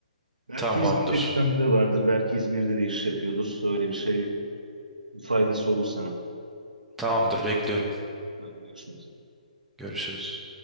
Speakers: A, on the right; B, in the centre.
A: Belki
B: Tamamdır.
A: İzmir'de bir tanıdığı vardır. Belki İzmir'de de iş yapıyordur. Öyle bir şey faydası olur sana.
B: Tamamdır. Bekliyorum.
A: Tamam, görüşmek üzere.
B: Görüşürüz.